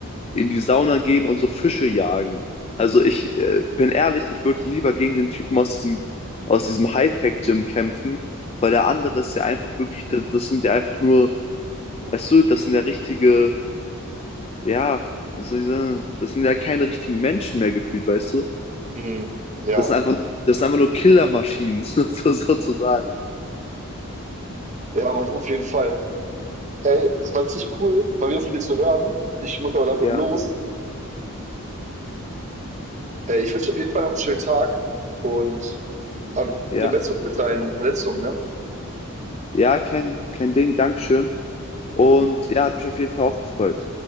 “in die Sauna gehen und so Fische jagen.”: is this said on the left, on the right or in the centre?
Left